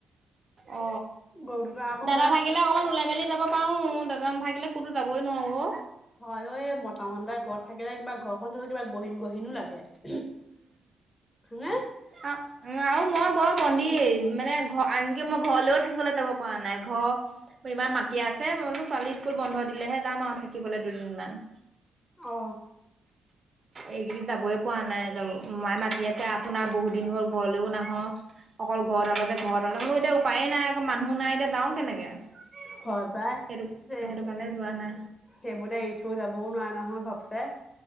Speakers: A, on the right; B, on the left.
A: অ
B: গৰু দুটা আকৌ
A: দাদা
B: সেয়া
A: থাকিলে অকমান ওলাই মেলি যাব পাওঁ দাদা নাথাকিলে ক'তো যাবই নোৱাৰো অ
B: হয় অ মতা মানুহ এটা ঘৰত থাকিলে কিবা ঘৰ ঘৰটো কিবা গহীন গহীনো লাগে হয় নে
A: আ উম আও মই বৰ বন্দি মানে ঘৰ আনকি মই ঘৰলৈও থাকিবলৈ যাব পৰা নাই ঘৰ ইমান মাতি আছে মই বোলো ছোৱালী স্কুল বন্ধ দিলেহে যাম আৰু থাকিবলে দুদিনমান
B: অ
A: এইকেইদিন যাবই পৰা নাই যাব মাই মাতি আছে আহচোন আহ বহুত দিন হ'ল ঘৰলেও নাহ অকল ঘৰতডালতে ঘৰডালতে মোৰ এতিয়া উপায়ে নাই আক মানুহো নাই এতিয়া যাওঁ কেনেকে সেইটো
B: হয় পাই। দে
A: সেইটো কাৰণে যোৱা নাই
B: সেইবোৰ এতিয়া এৰি থৈ যাবও নোৱাৰে নহয় ঘপছে